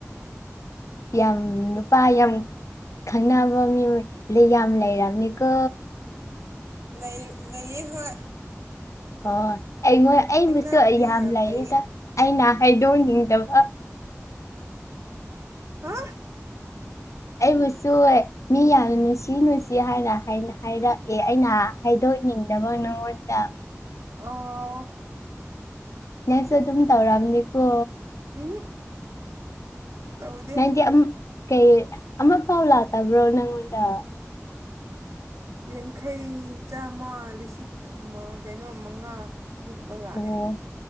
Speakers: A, on the left; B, on the right.
A: ꯌꯥꯝ ꯅꯨꯄꯥ ꯌꯥꯝ ꯈꯪꯅꯕ ꯃꯤ ꯂꯩ ꯌꯥꯝ ꯂꯩꯔꯕꯅꯤꯀꯣ
B: ꯂꯩ ꯂꯩ ꯍꯣꯏ
A: ꯍꯣꯏ ꯑꯩꯉꯣꯏ ꯑꯩꯕꯨꯨ
B: ꯈꯪꯅꯕꯕꯨꯗꯤ
A: ꯌꯥꯝ ꯂꯩꯗ
B: ꯂꯩꯌꯦ
A: ꯑꯩꯅ ꯍꯥꯏꯗꯣꯛꯅꯤꯡꯗꯕ
B: ꯍꯥ
A: ꯑꯩꯕꯨꯁꯨ ꯃꯤ ꯌꯥꯝ ꯅꯨꯡꯁꯤ ꯅꯨꯡꯁꯤ ꯍꯥꯏꯅ ꯍꯥꯏꯔꯛꯑꯦ ꯑꯩꯅ ꯍꯥꯏꯗ ꯑꯣꯏꯅꯤꯡꯗꯕ ꯅꯪꯉꯣꯟꯗ
B: ꯑ
A: ꯅꯁ ꯑꯗꯨꯝ ꯊꯧꯔꯑꯝꯅꯤꯀꯣ
B: ꯎꯝ ꯇꯧꯗꯦ
A: ꯅꯪꯗꯤ ꯀꯩ ꯑꯃ ꯄꯥꯎ ꯂꯥꯛꯇꯕ꯭ꯔꯣ ꯅꯪꯉꯣꯟꯗ
B: ꯌꯥꯡꯈꯩ ꯆꯥꯝꯃ ꯂꯤꯁꯤꯡ ꯑꯃ ꯀꯩꯅꯣ ꯃꯉꯥ ꯑꯗꯨꯒꯨꯝꯕ ꯂꯥꯛꯑꯦ
A: ꯑꯣ